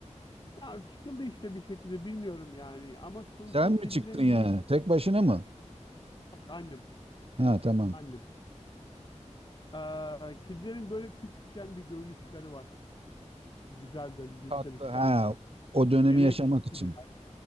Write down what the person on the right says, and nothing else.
Sen
mi çıktın yani?
Tek başına mı?
Ha tamam.
Tatlı.
Ha,
o dönemi
yaşamak için.